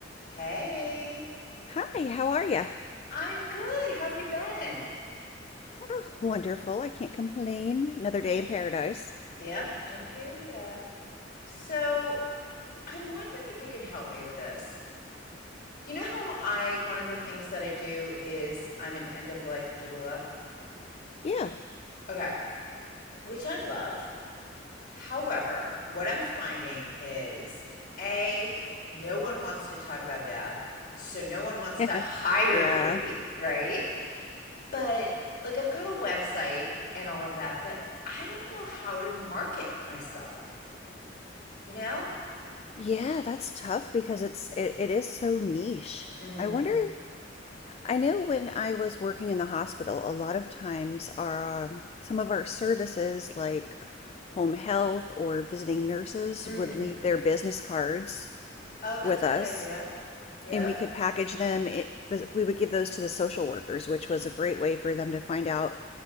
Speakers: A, on the left; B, on the left.
A: Hey,
B: Hi, how are you?
A: I'm good. How have you been?
B: Oh, wonderful. I can't complain. Another
A: Yeah.
B: day in paradise.
A: Yep, I hear ya. So, I'm wondering if you can help me with this. You know how I, one of the things that I do is I'm an end of life doula?
B: Yeah. <laughs>
A: Okay, which I love. However, what I'm finding is A, no one wants to talk about death. So, no one wants
B: Yeah.
A: to <laughs> hire
B: Yeah.
A: me, right? But, like, I've got a website and all of that, but I don't know how to market myself, you know?
B: Yeah, that's tough because it's it, it is so niche.
A: Mm.
B: I wonder, I know when I was working in the hospital, a lot of times our um, some of our services like home health or visiting nurses
A: Mm.
B: would leave their business cards
A: Oh, that's
B: with
A: a
B: us
A: good idea. Yep.
B: and we could package them. It we would give those to the social workers, which was a great way for them to find out